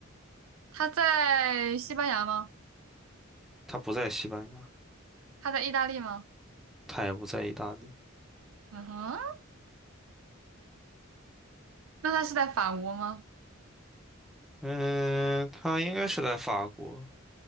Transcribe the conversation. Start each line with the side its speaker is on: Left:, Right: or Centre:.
Right: 他在西班牙吗？
Centre: 他不在西班牙，
Right: 他在意大利吗？
Centre: 他也不在意大利。
Right: 嗯哼，那他是在法国吗？
Centre: 嗯，他应该是在法国。